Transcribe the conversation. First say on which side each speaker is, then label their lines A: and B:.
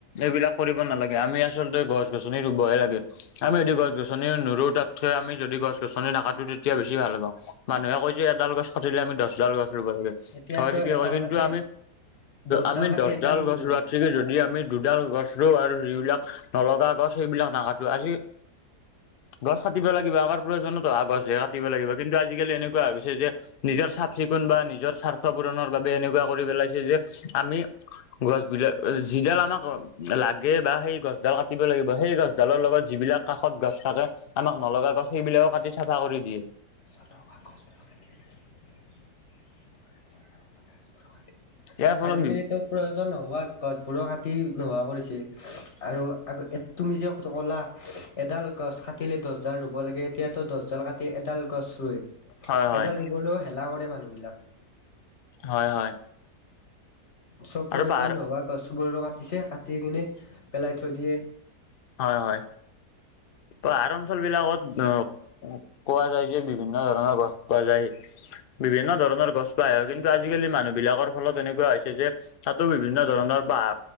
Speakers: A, on the left (about 65°); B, on the left (about 45°).
A: এইবিলাক কৰিব নালাগে, আমি আ আচলতে গছ গছনি ৰুবহে লাগে। আমি যদি গছ গছনি নুৰো, তাতকে আমি যদি গছ গছনি নাকাটো তেতিয়া বেছি ভাল হ'ব। মানুহে কয় যে এডাল গছ কাটিলে আমি দছ ডাল গছ ৰুব লাগে।
B: এতিয়াতো
A: হয় ঠিকে
B: এডাল
A: কয়, কিন্তু
B: কাটি
A: আমি
B: দহডাল
A: আমি
B: কাটি
A: দছডাল
B: এডাল
A: গছ
B: ৰুৱাই।
A: ৰুৱাত থিকি যদি আমি দুডাল গছ ৰোওঁ, আৰু যিবিলাক নলগা গছ সেইবিলাক নাকাটো আজি গছ কাটিব লাগিব, আগৰ <unintelligible> গছহে কাটিব লাগিব, কিন্তু আজি কালি এনেকুৱা হৈ গৈছে যে নিজৰ চাফ চিকুণ বা নিজৰ স্বাৰ্থ পূৰণৰ বাবে এনেকুৱা কৰি পেলাইছে যে আমি গছ বিলাক যিডাল আমাক লাগে বা সেই গছ ডাল কাটিব লাগিব, সেই গছ ডালৰ লগত যিবিলাক কাষত গছ থাকে আমাক নলগা গছ সেইবিলাকো কাটি চাফা কৰি দিয়ে।
B: <unintelligible> গছবোৰো কাটি দিছে, <unintelligible> গছবোৰো <unintelligible>
A: ইয়াৰ ফলত
B: আজি কালিতো প্ৰয়োজন নোহোৱা গছবোৰো কাটি নোহোৱা কৰিছে, আৰু তুমি যে ক'লা এডাল গছ কাটিলে দছডাল ৰুব লাগে এতিয়াতো দছডাল কাটি এডাল গছ ৰুৱে,
A: হয় হয়
B: এডাল ৰুবলৈও হেলা কৰে মানুহ বিলাকে।
A: হয়, হয়।
B: চব
A: আৰু
B: প্ৰয়োজন
A: পাহাৰ
B: নোহোৱা গছোবোৰো কাটিছে কাটি কিনে পেলাই থৈ দিয়ে।
A: হয়, হয়, পাহাৰ অঞ্চল বিলাকত অ' কোৱা যায় যে, বিভিন্ন ধৰণৰ গছ পোৱা যায়। বিভিন্ন ধৰণৰ গছ পাই হয় কিন্তু আজিকালি মানুহ বিলাকৰ ফলত এনেকুৱা হৈছে যে তাতো বিভিন্ন ধৰণৰ পাহা